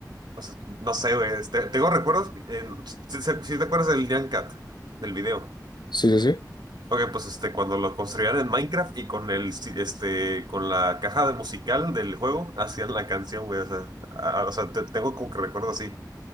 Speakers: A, on the right; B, on the left.
A: o sea, no sé, güey, este, tengo recuerdos, eh, si, si- si te acuerdas del Nyan Cat, del video.
B: Sí, sí, sí.
A: Ok, pues este, cuando lo construían en Minecraft y con el, si- este, con la caja de musical del juego, hacían la canción, güey, o sea, a- a- o sea, te- tengo como que recuerdo así